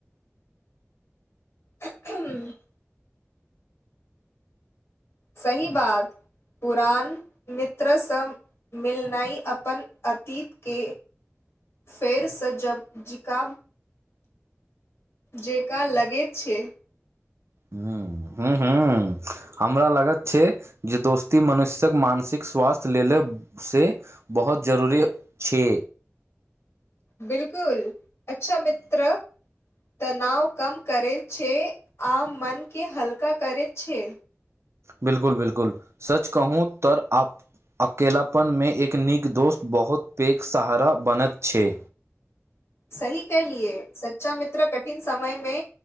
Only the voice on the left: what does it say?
हं। <unintelligible> सही बात पुरान मित्रसँ मिलनाइ- अपन अतीत के फेरसँ जब जिका जेका लगैत छै।
बिलकुल अच्छा मित्र तनाव कम करै छै आ मन के हल्का करै छै।
सही कलियए सच्चा मित्र कठिन। <unintelligible> समयमे